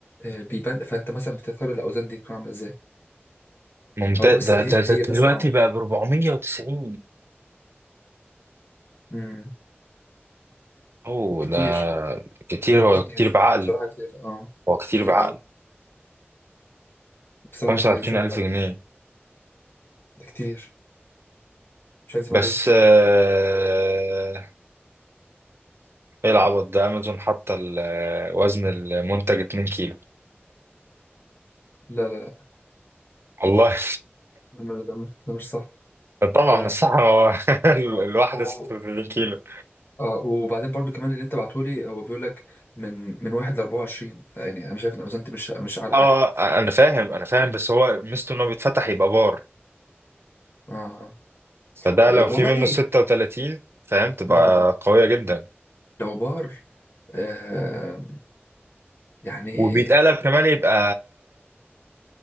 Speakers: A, on the left; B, on the right.
A: آه بيبان فانت مثلا بتختار الاوزان دي تكون عاملة ازاي
B: ممتاز
A: فهو بس
B: ده,
A: هي,
B: ده, ده
A: هي
B: دلوقتي
A: بس تنابل
B: بقى ب 490
A: مم.
B: اوه
A: كتير
B: ده كتير هو
A: كتير
B: كتير بعقل
A: بصراحة كتير اه
B: هو كتير
A: كتير
B: بعقل
A: اوي بصراحة
B: 25000
A: كتير مش هكذب
B: جنيه
A: عليك ده كتير مش هكذب
B: بس
A: عليك
B: آه، ايه العبط ده امازون حاطه ال- وزن المنتج 2 كيلو
A: لا لا لا
B: <laughs> والله
A: ده مش ده مش ده مش صح
B: طبعا
A: ف
B: الساعة هو <laughs> الواحدة
A: آه. هو-
B: 86 كيلو
A: آه، وبعدين برضو كمان اللي انت بعتهولي هو بيقول لك من من 1 ل 24 يعني انا شايف ان الأوزان دي مش مش اعلى
B: اه
A: حاجه
B: انا فاهم انا فاهم بس هو ميزته انه بيتفتح يبقى بار
A: اه آه،
B: فده
A: إيه،
B: لو
A: والله
B: في
A: ايه
B: منه 36 فاهم تبقى
A: مم.
B: قوية جدا
A: لو بار آه يعني
B: وبيتقلب كمان يبقى